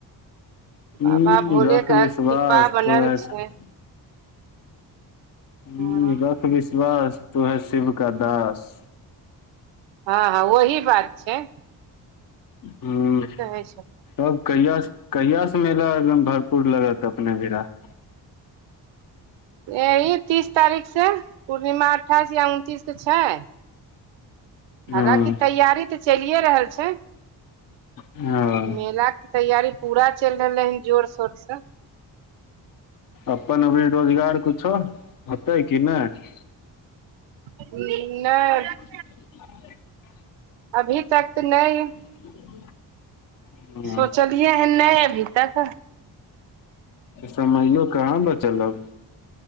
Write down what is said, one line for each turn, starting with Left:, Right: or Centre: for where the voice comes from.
Left: हू
Right: बाबा भोले
Left: रख
Right: के
Left: विश्वास
Right: कृपा बनल
Left: तऽ
Right: छै
Left: <unintelligible> हू
Right: हँ
Left: रख विश्वास तू है शिव का दास
Right: हँ हँ वही बात छै
Left: हँ
Right: की कहै छै
Left: तब कहि कहिया सऽ मेला एकदम भरपूर लागत अपने <unintelligible>
Right: यहि तीस तारीखसँ पूर्णिमा अठाइस या उनतीसकऽ छै हालाँकि
Left: हँ
Right: तैयारी तऽ चलिए रहल छैय
Left: हँ
Right: मेलाके तैयारी पूरा चलि रहलै हन जोर शोरसँ
Left: अपन अभी रोजगार किछुओ होतै कि नहि
Right: हं नहि
Left: <unintelligible>
Right: अभी तक तऽ नहि
Left: <unintelligible> हाँ,
Right: सोचलियै हँ नहि अभी तक
Left: समैयो कहाँ बचल अब